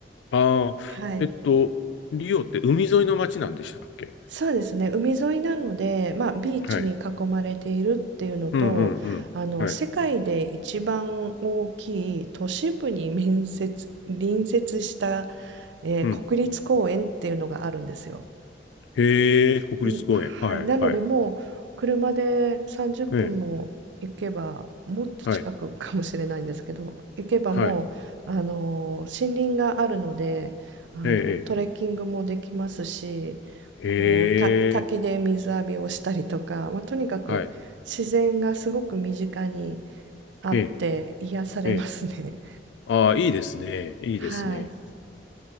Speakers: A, on the left; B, on the right.
A: ああ、
B: はい
A: えっと、リオって海沿いの町なんでしたっけ
B: そうですね、海沿いなので、まあ、ビーチに囲まれているっていうのと、
A: はい。うんうんうん。
B: あの、
A: はい。
B: 世界で一番大きい都市部に面接、隣接した、えー国立公園っていうのがあるんですよ。
A: うん。へえ、国立公園。
B: うん、はい、
A: はいはい。
B: なのでもう車で30分も行けばもっと近くかもしれないんですけど行けばもうあの森林があるのであのトレッキングもできますしこうた滝で水浴びをしたりとか、
A: ええ、はい。はい。ええ、ええへえ、
B: まあ、とにかく自然がすごく身近に
A: はい。
B: あって癒されますね。
A: ええ、ええ。ああ、いいですね。いいですね。
B: はい、